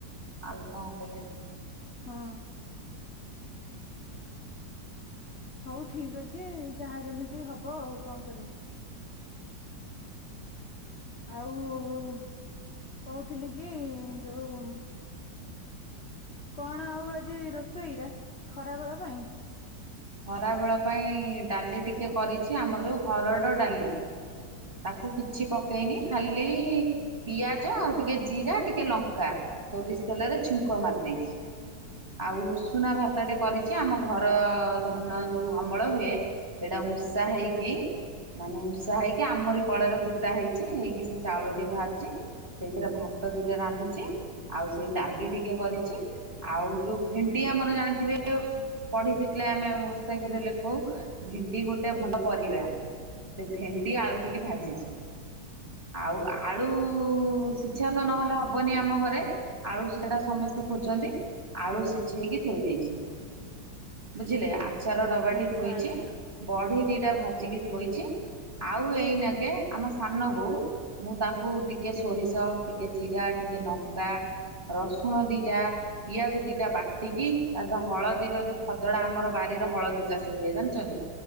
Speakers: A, on the right; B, on the left.
A: ଆଉ କଣ କରିବା।
B: ହଁ। ହଉ ଠିକ୍ ଅଛି ଯାହା ଯେମିତି ହବ ଆଉ କଣ କରିବା।
A: ହୁଁ
B: ଆଉ-ଉ-ଉ କହୁଥିଲି କି ଯୋଉ କଣ ଆଉ ଆଜି ରୋଷେଇରେ ଖରାବେଳ ପାଇଁ।
A: ଖରାବେଳ ପାଇଁ ଡାଲି ଟିକେ କରିଛି ଆମର ଯୋଉ ହରଡ଼ ଡାଲି ତାକୁ କିଛି
B: ହୁଁ
A: ପକେଇନି ଖାଲି ପିଆଜ ଆଉ ଟିକେ ଜିରା ଟିକ୍ ଟିକେ ଲଙ୍କା, ସୋରିଷ ତେଲରେ ଛୁଙ୍କ ମାରି ଦେଇଛି। ଆଉ ଉଷୁନା ଭାତଟେ କରିଛି ଆମ ଘର ଧାନ ଯୋଉ ଅମଳ ହୁଏ। ସେଇଟା ଉଁଷା ହେଇକି ମାନେ ଉଷା ହେଇକି ଆମରି କଳରେ କୁଟା ହେଇଛି ହେଇକି ସେ ଚାଉଳଟି ବାହାରିଛି ସେଇଥିରେ ଭାତ ଦିଟା ରାନ୍ଧିଛି। ଆଉ ସେଇ ଡାଲି ଟିକେ କରିଛି ଆଉ ଯୋଉ ଭେଣ୍ଡି ଆମର ଜାଣିଥିବେ ପଢିଥିଲେ ଆମେ ହସ୍ତାଖରେ ଲେଖୁ ହ ଭେଣ୍ଡି ଗୋଟେ ଭଲ ପରିବା ସେ ଭେଣ୍ଡି ଆଳୁ ଟିକେ
B: ହୁଁ।
A: ଭାଜିଛି। ଆଉ ଆଳୁ ସିଝା ତ ନହେଲେ ହବନି ଆମ ଘରେ। ଆଳୁ ସିଝା ସମସ୍ତେ ଖୋଜନ୍ତି ଆଳୁ ସିଝେଇକି ଥୋଇ ଦେଇଛି। ବୁଝିଲେ ଆଚାର ଡବାଟି
B: ଆଚ୍ଛା
A: ଥୋଇଛି
B: ଆଚ୍ଛା
A: ବଢି ଦିଟା ଭାଜିକି ଥୋଇଛି। ଆଉ ଏଇନା କେ ଆମ ସାନ ବୋଉ ମୁଁ ତାଙ୍କୁ ଟିକେ ସୋରିଷ ଟିକେ ଜିରା ଟିକେ ନକା ରସୁଣ ଦିଟା ପିଆଜ ଦିଟା ବାଟିକି ତା ହଳଦୀର ଯୋଉ ଖଦଡା ଆମର ବାରିର ହଳଦୀ ଚାଷ ହୁଏ ଜାଣିଛନ୍ତି,